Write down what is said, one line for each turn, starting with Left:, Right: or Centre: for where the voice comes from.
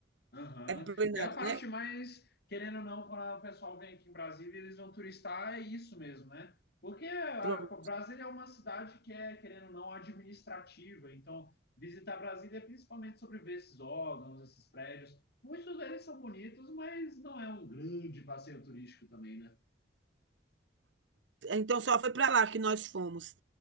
Left: Aham.
Right: É plenário,
Left: Que é a parte
Right: né?
Left: mais, querendo ou não, quando o pessoal vem aqui em Brasília, eles vão turistar, é isso mesmo, né? Porque a,
Right: Pronto.
Left: pô, Brasília é uma cidade que é, querendo ou não, administrativa. Então, visitar Brasília é principalmente sobre ver esses órgãos, esses prédios. Muitos deles são bonitos, mas não é um grande passeio turístico também, né?
Right: Então só foi para lá que nós fomos.